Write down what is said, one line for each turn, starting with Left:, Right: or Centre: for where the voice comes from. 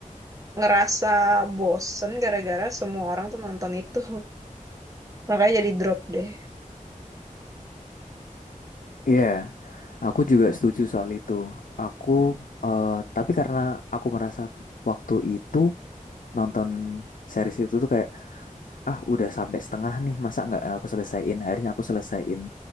Right: ngerasa bosen gara-gara semua orang tuh nonton itu. <laughs> Makanya jadi drop deh.
Left: Iya, yeah, aku juga setuju soal itu. Aku eh, tapi karena aku merasa waktu itu nonton series itu tuh kayak ah udah sampai setengah nih, masa nggak aku selesaiin? Akhirnya aku selesaiin.